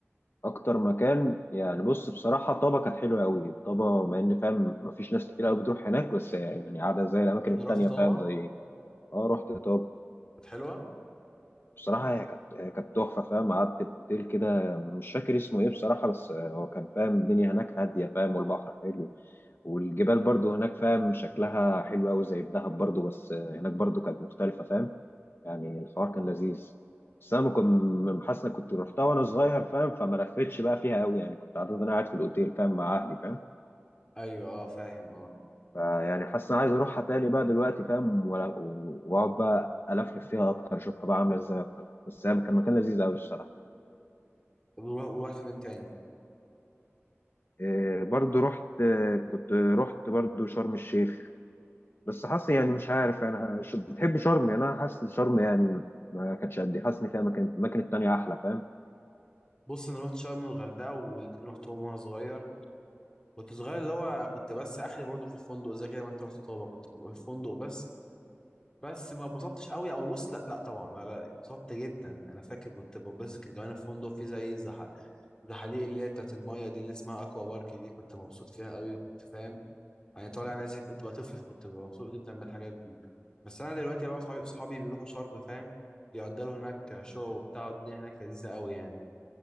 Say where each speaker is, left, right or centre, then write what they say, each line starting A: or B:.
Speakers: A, on the left; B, on the left.
A: اكتر مكان يعني بص بصراحه طابا كانت حلوه قوي طابا مع ان فاهم مفيش ناس كتير قوي بتروح هناك بس يعني قاعده زي الاماكن التانيه
B: أنا رحت طابة
A: فاهم زي ايه اه رحت طابا
B: كانت حلوة؟
A: بصراحه هي كانت هي كانت تحفه فاهم قعدت في اوتيل كده مش فاكر اسمه ايه بصراحه بس هو كان فاهم الدنيا هناك هاديه فاهم والبحر حلو والجبال برضو هناك فاهم شكلها حلو قوي زي في دهب برضو بس آه، هناك برضو كانت مختلفة فاهم يعني الحوار كان لذيذ بس انا كنت حاسس إني كنت رحتها وانا صغير فاهم فما لفتش بقى فيها قوي يعني كنت عارف إن انا قاعد في الاوتيل فاهم مع اهلي فاهم
B: أيوه أه فاهم أه
A: فيعني حاسس إني عايز اروحها تاني بقى دلوقتي فاهم ولا- و- واقعد بقى الفلف فيها اكتر اشوفها بقى عامله ازاي اكتر بس هي كان مكان لذيذ قوي الصراحه
B: طب ورحت فين تاني؟
A: إيه، برضو رحت آه، كنت رحت برضو شرم الشيخ بس حاسس يعني مش عارف انا ش- بتحب شرم يعني انا حاسس شرم يعني ما كانتش قد ايه حاسس ان فيها مكان الاماكن التانية احلى فاهم
B: بص انا رحت شرم والغردقه والاتنين رحتهم وانا صغير كنت صغير اللي هو كنت بس اخري برضو في الفندق زي كده ما انت رحت طابا كنت ببقى في الفندق بس بس ما اتبسطتش قوي او بص لا لا طبعا لا لا اتبسطت جدا انا فاكر كنت ببص كان كمان الفندق فيه زي زح- زحاليق اللي هي بتاعت المايه دي اللي اسمها اكوا بارك دي كنت مبسوط فيها قوي وكنت فاهم يعني طالع نازل كنت بقى طفل كنت ببقى مبسوط جدا بالحاجات دي بس انا دلوقتي بقى صحابي صحابي بيروحوا شرم فاهم بيأجروا هناك شقق وبتاع والدنيا هناك لذيذه قوي يعني